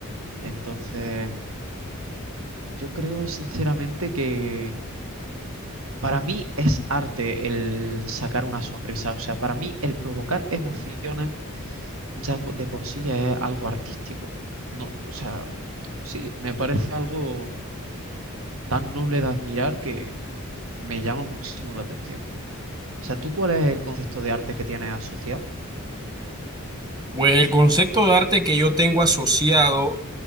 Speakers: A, on the right; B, on the right.
A: Entonces, yo creo sinceramente que para mí es arte el sacar una sonrisa, o sea, para mí el provocar emociones ya po- de por sí es algo artístico. No, o sea, sí, me parece algo tan noble de admirar que me llama muchísimo la atención. O sea, ¿tú cuál es el concepto de arte que tienes asociado?
B: Pues el concepto de arte que yo tengo asociado